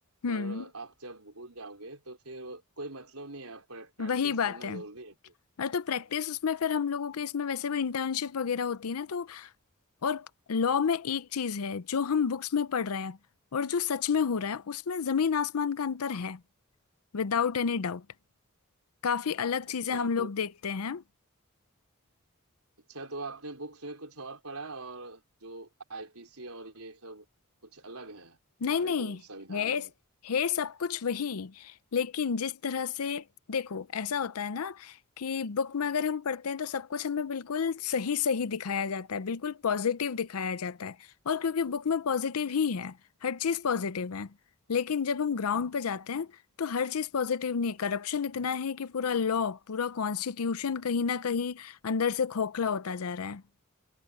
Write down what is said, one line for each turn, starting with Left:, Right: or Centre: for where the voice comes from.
Left: हम्म
Right: पर आप जब भूल जाओगे तो फिर कोई मतलब नहीं है प्रैक्टिस
Left: वही बात
Right: करना
Left: है
Right: जरूरी है फिर
Left: अरे तो प्रैक्टिस उसमें फिर हम लोगों के इसमें वैसे भी इंटर्नशिप वगैरह होती है ना तो और लॉ में एक चीज है जो हम बुक्स में पढ़ रहे हैं और जो सच में हो रहा है उसमें जमीन आसमान का अंतर है विदाउट एनी डाउट काफी अलग चीजें
Right: अच्छा
Left: हम
Right: तो
Left: लोग देखते हैं
Right: अच्छा तो आपने बुक्स में कुछ और पढ़ा और जो आईपीसी और ये सब कुछ अलग है हमारे
Left: नहीं नहीं
Right: जो संविधान
Left: है
Right: में
Left: है सब कुछ वही लेकिन जिस तरह से देखो ऐसा होता है ना कि बुक में अगर हम पढ़ते हैं तो सब कुछ हमें बिल्कुल सही सही दिखाया जाता है बिल्कुल पॉजिटिव दिखाया जाता है और क्योंकि बुक में पॉजिटिव ही है हर चीज पॉजिटिव है लेकिन जब हम ग्राउंड पे जाते हैं तो हर चीज पॉजिटिव नहीं है करप्शन इतना है कि पूरा लॉ पूरा कॉन्स्टिट्यूशन कहीं ना कहीं अंदर से खोखला होता जा रहा है